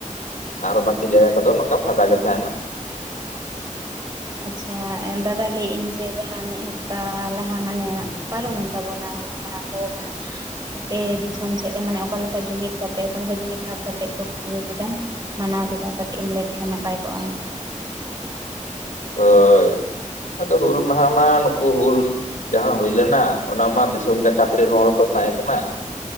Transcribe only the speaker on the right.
ᱟᱪᱪᱷᱟ ᱫᱟᱫᱟ ᱞᱟᱹᱭ ᱤᱧ ᱡᱮ ᱡᱟᱦᱟᱸ ᱢᱤᱫ ᱦᱟᱯᱛᱟ ᱞᱟᱦᱟ ᱢᱟᱱᱮ, ᱯᱟᱨᱚᱢᱮᱱ ᱛᱟᱵᱚᱱᱟ᱾ ᱢᱟᱦᱟ ᱠᱚ ᱢᱟᱱᱮ ᱟᱯᱮ ᱫᱤᱥᱚᱢ ᱥᱮᱫ ᱨᱮ ᱢᱟᱱᱮ ᱚᱠᱟᱞᱮᱠᱟ ᱡᱩᱢᱤᱫ ᱠᱟᱛᱮᱜ ᱚᱠᱟᱞᱮᱠᱟ ᱡᱩᱢᱤᱫ ᱵᱷᱟᱵᱽ ᱠᱟᱛᱮᱫ ᱠᱚ ᱤᱭᱟᱹ ᱠᱮᱫᱟ᱾ ᱢᱟᱱᱟᱣ ᱠᱮᱫᱟ ᱠᱟᱹᱴᱤᱡ ᱮᱢ ᱞᱟᱹᱭ ᱞᱮᱠᱷᱟᱱ ᱱᱟᱯᱟᱭ ᱠᱚᱜᱼᱟ?